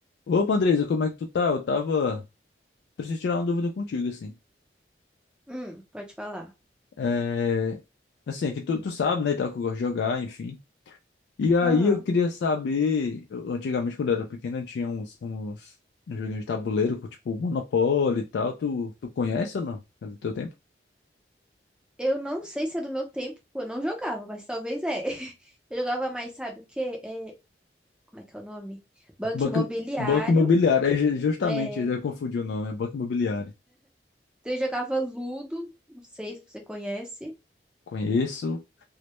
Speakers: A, on the left; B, in the centre.
A: Opa, Andresa, como é que tu tá? Eu tava. Preciso tirar uma dúvida contigo, assim.
B: Hum, pode falar.
A: É... Assim, é que tu, tu sabe, né, e tal, que eu gosto de jogar, enfim. E aí
B: Aham.
A: eu queria saber. eu- antigamente, quando eu era pequeno, eu tinha uns, uns, uns joguinhos de tabuleiro, com, tipo Monopoly e tal. Tu, tu conhece ou não? É do teu tempo?
B: Eu não sei se é do meu tempo, pô, eu não jogava, mas talvez é. <laughs> Eu jogava mais, sabe o quê? É, como é que é o nome? Banco
A: Banco,
B: Imobiliário.
A: Banco Imobiliário. É ju- justamente,
B: É,
A: eu confundi o nome. É Banco Imobiliário.
B: então eu jogava Ludo, não sei se você conhece.
A: Conheço,